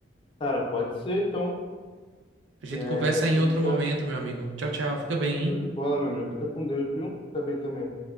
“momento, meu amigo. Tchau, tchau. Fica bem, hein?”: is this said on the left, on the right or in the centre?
Right